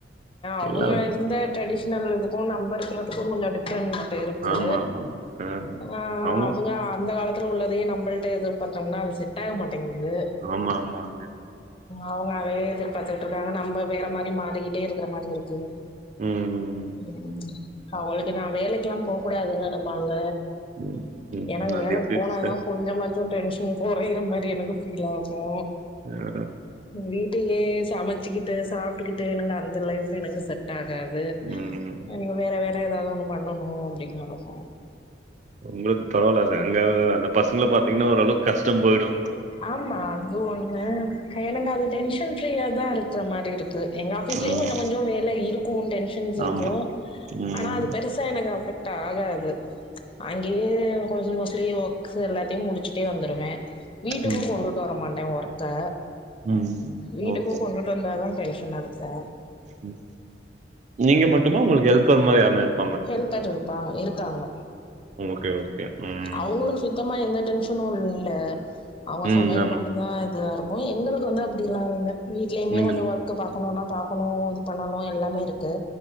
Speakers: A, on the left; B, on the right.
A: அவுங்க
B: எல்லாம்
A: இருந்த ட்ரெடிஷனல் இதுக் கோ நம்பருக்கறதுக்கு கொஞ்சோ டிப் ரெண்ட்டிருக்கு
B: ஆமா, ஆமாங்க. ஆ.
A: ஆஹ
B: அவங்க
A: அவுங்க அந்த காலத் துள உள்ளதையு நம்மள்ட்ட எதிர்பாத்தோம்னா அது செட் ஆக மாட்டேங்குது
B: ஆமா ஆமாங்க
A: அவங்க அதைய எதிர்பார்த்துக்கிட்டு இருக்காங்க நம்ம வேற மாரி மாறிக்கிட்டே இருக்கிற மாரி இருக்கு
B: ம், ம்,
A: உம் அவங்களுக்கு நா வேலைக்கெல்லா நா போ கூடாதுன்னு நெனப்பாங்க
B: <inaudible>
A: எனக்கு
B: அது
A: வேலைக்கு
B: எப்டி
A: போனாதா
B: சிஸ்டர்?
A: கொஞ்சமாச்சும் டென்ஷன் கொறையிற மாரி எனக்கு ஃபீல் ஆகு
B: வேற
A: வீட்டையே சமச்சுக்கிட்டு சாப்ட்டுக்கிட்டு எனக்கு அந்த லைப் எனக்கு செட் டாகாது
B: ம்,
A: எனகு வேற வேற ஏதாவது ஒண்ணு பண்ணணு அப்டிங்கறதா
B: உங்களுக்கு பரவால அத அங்க அந்த பசங்கள பாத்தீங்கனா ஓரளவுக்கு கஷ்டம் போயிடும்
A: ஆமா அது ஒண்ணு எனக் அது டென்ஷன் ஃப்ரீயா தா இருக் கற மாரி இருக்கு எங்க ஆஃபீஸ்லயு
B: ம்
A: கொஞ்சோ கொஞ்சோ வேல இருக்கு டென்ஷன்ஸ் இருக்கு
B: ஆமா ம்
A: ஆனா அது பெருசா எனக்கு அபெக்ட் ஆகாது அங்கே யே கொஞ்சோ மோஸ்ட்லி வொர்க்ஸ் எல்லாத்தையு முடிச்சுட்டே வந்துருவே வீட்டுக்கு
B: ம்
A: கொண்டுட் டு வர மண்டே ஒர்க்க
B: ம்
A: வீட்டுக்கு
B: ஓகே
A: கொண்டுட்டு வந்தா தா டென்ஷனா இருக்கு
B: ம் நீங்க மட்டுமா உங்களுக்கு ஹெல்பர் மாரி யாருனா இருப்
A: ஹெல்பர் இருப்பா இருக்காங்க
B: ஓகே ஓகே ம்
A: அவ்ங்களுக்கு சுத்தமா எந்த டென்ஷனு இல்ல அவ
B: ம்
A: சமயல்
B: ஆமா
A: பண்ணி வா இதுவாயிருக்கு எங்குளுக்கு வந்து அப்டிலா இல்ல வீட்லேயுமே
B: நீங்க
A: கொஞ்சோ வொர்க் பாக்கணுனா பாக்கணு இது பண்ணணு எல்லாமே இருக்கு